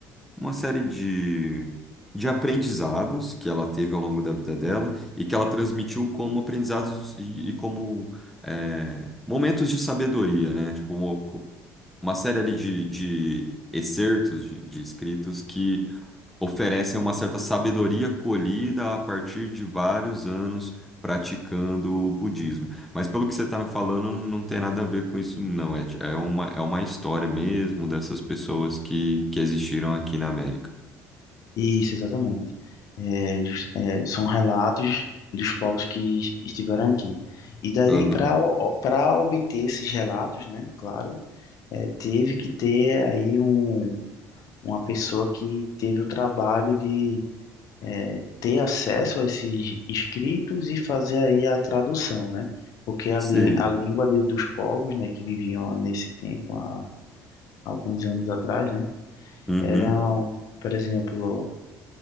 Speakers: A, in the centre; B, on the left.
A: uma série de, de aprendizados que ela teve ao longo da vida dela e que ela transmitiu como aprendizados e, e como é, momentos de sabedoria, né? Tipo, uma, uma série ali de, de excertos de, de escritos que oferecem uma certa sabedoria colhida a partir de vários anos praticando o budismo. Mas pelo que você está me falando, não tem nada a ver com isso, não. É, ti- é uma, é uma história mesmo dessas pessoas que, que existiram aqui na América.
B: isso, exatamente. É, jus- é, são relatos dos povos que estiveram aqui. E daí,
A: Aham.
B: para para obter esses relatos, né, claro, é, teve que ter aí um uma pessoa que teve o trabalho de eh, ter acesso a esses escritos e fazer aí a tradução, né? Porque a,
A: Sei.
B: lí- a língua de- dos povos, né, que viviam nesse tempo, há alguns anos atrás, né,
A: Uhum.
B: eram, por exemplo,